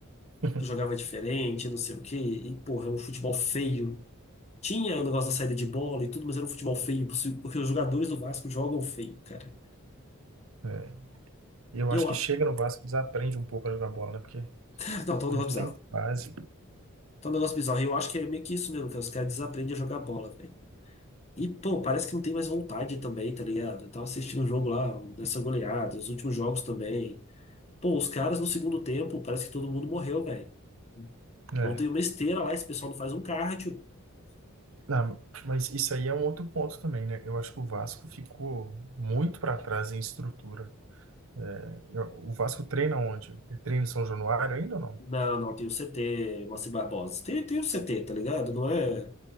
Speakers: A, on the right; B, on the left.
A: <laughs>
B: Que jogava diferente, não sei o quê. E, porra, era um futebol feio. Tinha o negócio da saída de bola e tudo, mas era um futebol feio, possi- porque os jogadores do Vasco jogam feio, cara.
A: É. E Eu
B: E
A: acho
B: eu acho.
A: que chega no Vasco e desaprende um pouco a jogar bola, né? Porque
B: Cara, não, tá um negócio
A: não
B: bizarro.
A: tem base.
B: Tá um negócio bizarro. E eu acho que é meio que isso mesmo, cara. Os caras desaprendem a jogar bola, velho. E, pô, parece que não tem mais vontade também, tá ligado? Eu tava assistindo o jogo lá, dessa goleada, os últimos jogos também. Pô, os caras no segundo tempo, parece que todo mundo morreu, velho.
A: É.
B: Não tem uma esteira lá, esse pessoal não faz um cardio.
A: Não, mas isso aí é um outro ponto também, né? Eu acho que o Vasco ficou muito para trás em estrutura. É, O Vasco treina onde? Ele treina em São Januário ainda ou não?
B: Não, não, tem o CT, Moacir Barbosa. Tem, tem o CT, tá ligado? Não é.